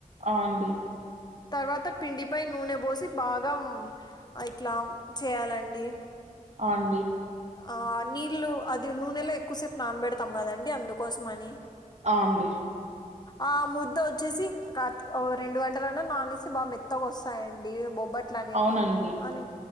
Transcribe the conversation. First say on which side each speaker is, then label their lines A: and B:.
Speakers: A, on the right; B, on the left.
A: ఆ అండి
B: తర్వాత పిండిపై నూనె బోసి బాగా ఆ ఇట్లా చెయాలండి
A: ఆ అండి
B: ఆ నీళ్ళు అది నూనెలో ఎక్కువసేపు నానబెడతాం కదండి అందుకోసం అని
A: ఆ అండి
B: ఆ ముద్ద వచ్చేసి కాట్ల్ ఓ రెండు గంటలన్నా నాననిస్తే బాగా మెత్తగా వస్తాయండి బొబ్బట్ ట్లనేవి
A: అవునండి
B: ఆను